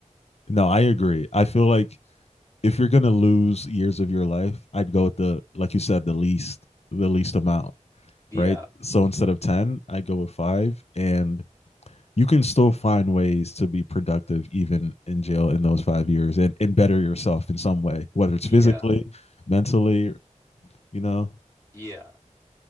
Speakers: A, on the left; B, on the left.
A: No, I agree. I feel like if you're gonna lose years of your life, I'd go with the like you said, the least the least amount,
B: Yeah.
A: right? So instead of ten, I go with five. And you can still find ways to be productive even in jail in those five years and, and better yourself in some way, whether it's
B: Yeah,
A: physically, mentally, you know,
B: yeah.